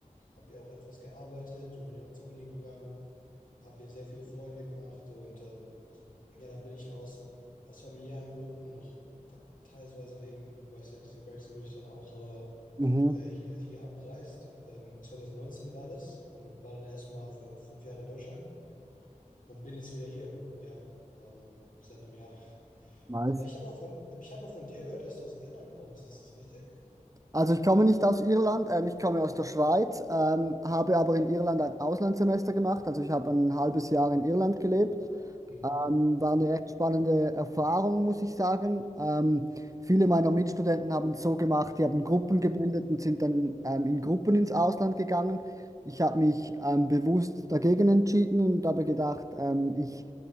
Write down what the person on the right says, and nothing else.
Mhm,
nice.
Also ich komme nicht aus Irland, ähm, ich komme aus der Schweiz, ähm, habe aber in Irland ein Auslandssemester gemacht. Also ich habe ein halbes Jahr in Irland gelebt
Ähm, war eine recht spannende Erfahrung, muss ich sagen. Ähm, viele meiner Mitstudenten haben es so gemacht, die haben Gruppen gebildet und sind dann ähm, in Gruppen ins Ausland gegangen. Ich habe mich ähm, bewusst dagegen entschieden und habe gedacht, ähm, ich